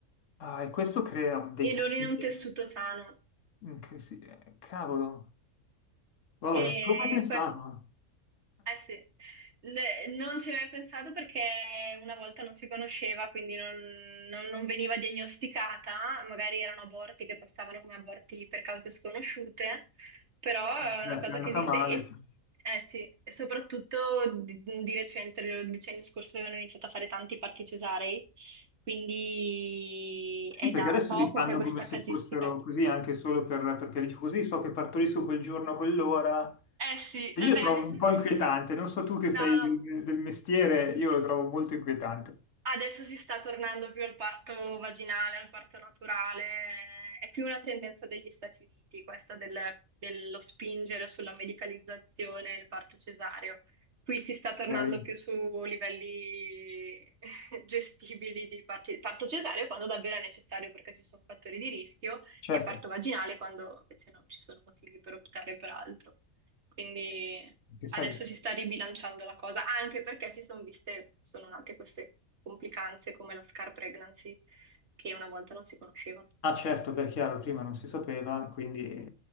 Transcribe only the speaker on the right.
e
non in un tessuto sano.
E
quest- Eh sì,
Ne- non ci ho mai pensato perché una volta non si conosceva, quindi non, non- non veniva diagnosticata, magari erano aborti che passavano come aborti per cause sconosciute, però è
una cosa
che esiste
e, s-
eh sì, e soprattutto di, di recente, il decennio scorso avevano iniziato a fare tanti parti cesarei, quindi
è
da
poco
che questa
casistica...
Eh sì,
vabbè,
adesso
si...
No,
no.
Adesso si sta tornando più al parto vaginale, al parto naturale, è più una tendenza degli Stati Uniti questa del- dello spingere sulla medicalizzazione del parto cesareo. Qui si sta tornando
più su livelli <laughs> gestibili di parti- parto cesareo quando davvero è necessario perché ci sono fattori di rischio
e parto vaginale quando invece non ci sono motivi per optare per altro. Quindi
adesso si sta ribilanciando la cosa, anche perché si sono viste, sono nate queste complicanze come la scar pregnancy, che una volta non si conoscevano.